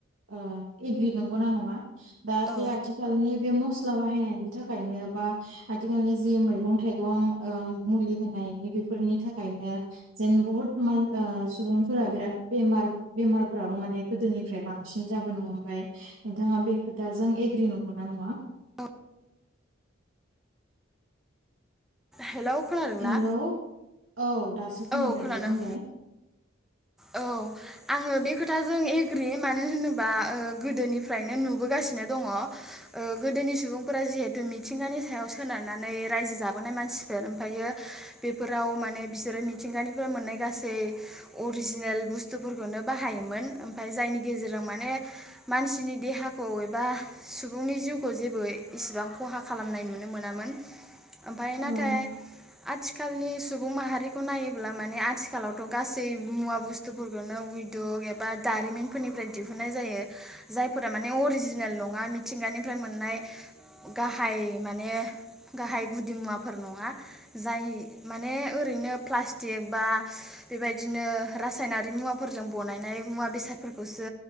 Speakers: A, on the right (about 90°); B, in the centre.
A: ओ एग्रि नंगौना नङा अ दा
B: औ
A: बे आथिखालनि बे म स्ला बाहायनायनि थाखायनो बा आथिखालनि जि मैगं थाइगं औ मुलि होनायनि बे फोरनि थाखायनो जेन बहुत मान ओ सुबुंफोरा बिराद बेमार बेमारफोराबो माने गोदोनिफ्राय बांसिन जाबोनो हमबाय नोंथाङा बे खोथाजों एग्रि नंगौना नङा
B: औ हेलौ खोनादों
A: हेलौ
B: ना
A: औ दासो खोनाबाय
B: औ खोनादों
A: दे बुंलाय
B: औ आङो बे खोथाजों एग्रि मानो होनोबा ओ गोदोनिफ्रायनो नुबोगासिनो दङ ओ गोदोनि सुबुंफोरा जिहेथु मिथिंगानि सायाव सोनारनानै रायजो जाबोनाय मानसिफोर ओमफ्रायो बेफोराव माने बिसोरो मिथिंगानिफ्राय मोननाय गासै अरिजिनेल बुस्थुफोरखौनो बाहायोमोन ओमफाय जायनि गेजेरजों माने मानसिनि देहाखौ एबा सुबुंनि जिउखौ जेबो इसिबां खहा खालामनाय नुनो मोनामोन ओमफाय
A: औ
B: नाथाय आथिखालनि सुबुं माहारि खौ नायोब्ला माने आथिखालावथ' गासै मुवा बुस्थुफोरखौनो उइदुक एबा दारिमिनफोरनिफ्राय दिहुनाय जायो जायफोरा माने अरिजिनेल नङा मिथिंगानिफ्राय मोननाय गाहाय माने गाहाय गुदि मुवाफोर नङा जाय माने ओरैनो प्लास्टिक बा बेबायदि बिदिनो रासायनारि मुवाफोरजों बनायनाय मुवा बेसादफोरखौसो